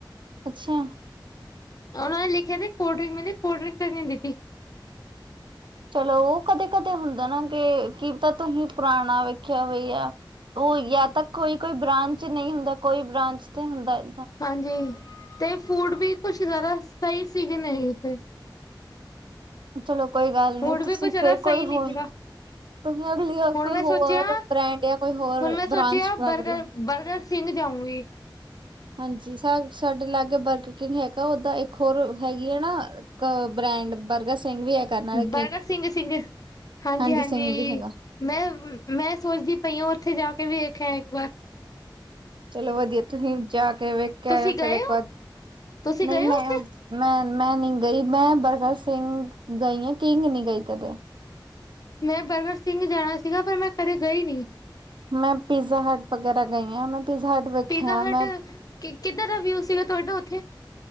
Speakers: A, on the right (about 75°); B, on the left (about 50°).
A: ਅੱਛਾ।
B: ਉਹਨਾਂ ਨੇ ਲਿਖਯਾ ਤੇ ਕੋਲਡ ਮੈਨੇ ਕੋਲਡ ਡਰਿੰਕ ਤੇ ਨੀ ਦਿੱਤੀ।
A: ਚਲੋ ਓ ਕਦੇ-ਕਦੇ ਹੁੰਦਾ ਨਾ ਕੇ ਕੀ ਪਤਾ ਤੁਹੀਂ ਪੁਰਾਨਾ ਵੇਖਯਾ ਹੋਵੇ ਯਾ ਓ ਯਾ ਤਾ ਕੋਈ-ਕੋਈ ਬ੍ਰਾਂਚ ਨਈ ਹੁੰਦਾ, ਕੋਈ ਬ੍ਰਾਂਚ ਤੇ ਹੁੰਦਾ ਏ।
B: ਹਾਂਜੀ, ਤੇ ਫੂਡ ਵੀ ਕੁਛ ਜਾਦਾ ਸਈ ਸੀਗੇ ਨਾ <unintelligible>
A: ਚਲੋ ਕੋਈ ਗੱਲ
B: ਫੂਡ
A: ਨੀ ਤੁਸੀਂ
B: ਵੀ ਕੁਝ ਜਾਦਾ
A: ਫੇਰ
B: ਸਈ
A: ਕੋਈ
B: ਨੀ
A: ਹੋਰ
B: ਸੀਗਾ।
A: ਤੁਸੀਂ ਅਗਲੀ ਵਾਰ
B: ਹੁਣ
A: ਕੋਈ
B: ਮੈਂ ਸੋਚੇਯਾ,
A: ਹੋਰ ਬ੍ਰੈਂਡ ਜਾਂ ਕੋਈ ਹੋਰ
B: ਹੁਨ ਮੈਂ ਸੋਚਯਾ
A: ਬ੍ਰਾਂਚ ਟਰਾਈ
B: ਬਰਗਰ
A: ਕਰਿਓ।
B: ਬਰਗਰ ਕਿੰਗ ਜਾਊਗੀ
A: ਹਾਂਜੀ, ਸਾ ਸਾਡੇ ਲਾੱਗੇ ਬਰਗ ਕਿੰਗ ਹੈਗਾ, ਓੱਦਾ ਏਕ ਹੋਰ ਹੈਗੀ ਏਨਾ ਇੱਕ ਬ੍ਰੈਂਡ ਬਰਗਰ ਕਿੰਗ ਵੀ ਏ। ਹੈਗਾ ਨਾਲੇ
B: ਬਰਗਰ ਸਿੰਘ, ਸਿੰਘ, ਹਾਂਜੀ-ਹਾਂਜੀ।
A: ਹਾਂਜੀ ਸਿੰਘ ਵੀ ਹੈਗਾ।
B: ਮੈਂ-ਮੈਂ ਸੋਚਦੀ ਪਈ ਆਂ ਓਥੇ ਜਾ ਕੇ ਵੀ ਵੇਖ ਆਂ, ਏਕ ਵਾਰ।
A: ਚਲੋ ਵਦੀਐ ਤੁਸੀ ਜਾ ਕੇ ਵੇਖ ਕੇ
B: ਤੁਸੀਂ
A: ਆਯੋ
B: ਗਏ
A: ਫੇਰ ਏਕ
B: ਹੋ
A: ਵਾਰ
B: ਤੁਸੀਂ
A: ਮੈਂ-ਮੈਂ
B: ਗਏ ਹੋ ਉੱਥੇ
A: ਨੀ ਗਈ, ਮੈਂ ਬਰਗਰ ਸਿੰਘ ਗਈ ਆਂ ਕਿੰਗ ਨੀ ਗਈ ਕਦੇ
B: ਮੈਂ ਬਰਗਰ ਸਿੰਘ ਜਾਣਾ ਸੀਗਾ, ਪਰ ਮੈਂ ਕਦੇ ਗਈ ਨਈ
A: ਮੈਂ ਪੀਜ਼ਾ ਹਟ ਵਗੈਰਾ ਗਈ ਆਂ ਮੈਂ ਪੀਜ਼ਾ ਹਟ ਵੇਖਿਆ
B: ਪੀਜ਼ਾ ਹਟ
A: ਮੈਂ
B: ਕਿੱਦਾਂ ਦਾ ਵਿਊ ਸੀਗਾ ਤੁਹਾਡਾ ਉੱਥੇ